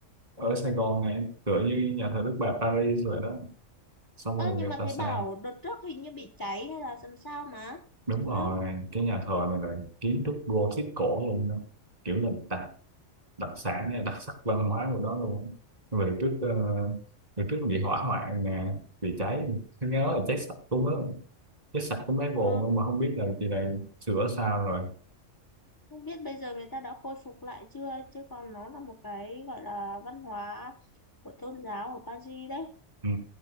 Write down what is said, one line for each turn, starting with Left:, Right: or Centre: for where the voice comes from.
Right: ở Sài Gòn này tựa như nhà thờ Đức Bà Paris rồi đó xong
Left: Ơ
Right: rồi người
Left: nhưng mà
Right: ta
Left: thấy
Right: xây
Left: bảo đợt trước hình như bị cháy hay là làm sao mà,
Right: đúng
Left: đúng
Right: rồi
Left: không?
Right: cái nhà thờ này là kiến trúc Gothic cổ luôn đó kiểu là tạc đặc sản hay đặc sắc văn hóa của đó luôn về trước ờ, về trước bị hỏa hoạn nè bị cháy nghe nói là cháy sạch cũng á cháy sạch cái máy bồn
Left: Ờ,
Right: luôn mà không biết là chị này sửa sao rồi
Left: không biết bây giờ người ta đã khôi phục lại chưa chứ còn nó là một cái gọi là văn hóa của tôn giáo ở Paris đấy.
Right: ừ.